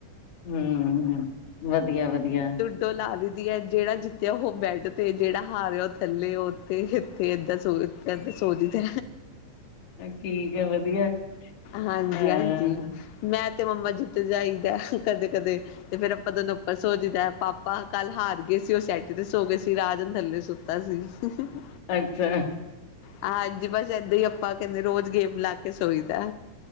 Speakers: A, on the left; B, on the left.
A: ਹੂੰ ਵਧੀਆ-ਵਧੀਆ
B: ਤੇ ਓ ਲਾ ਦਈ ਦੀ ਐ ਜੇੜਾ ਜਿੱਤਿਆ ਓਹੋ ਬੈਡ ਤੇ ਜੇੜਾ ਹਾਰਿਆ ਓ ਥੱਲੇ ਓਤੇ ਇੱਥੇ। ਕਿੱਦਾਂ ਸੋ ਕਦੇ ਸੋ ਜੀ ਦਾ
A: ਠੀਕ ਹੈ ਵਧੀਆ
B: ਹਾਂਜੀ-ਹਾਂਜੀ
A: ਹਾਂ
B: ਮੈਂ ਤੇ ਮੰਮਾ ਜਿੱਤ ਜਾਈਦਾ ਕਦੇ-ਕਦੇ ਤੇ ਫੇਰ ਆਪਾਂ ਦੋਨੋ ਉੱਪ ਸੋਜੀਦੈ ਪਾਪਾ ਕੱਲ ਹਾਰ ਗੇ ਸੀ ਓ ਸੈਟੀ ਤੇ ਸੋ ਗੇ ਸੀ ਰਾਜਨ ਥੱਲੇ ਸੁ <unintelligible>
A: ਅੱਛਾ।
B: ਆਹ ਅੱਜ ਬਸ ਏਦਾਂ ਈ ਆਪਾਂ ਕੈਂਦੇ ਰੋਜ਼ ਗੇਮ ਲਾ ਕੇ ਸੋਈ ਦੈ।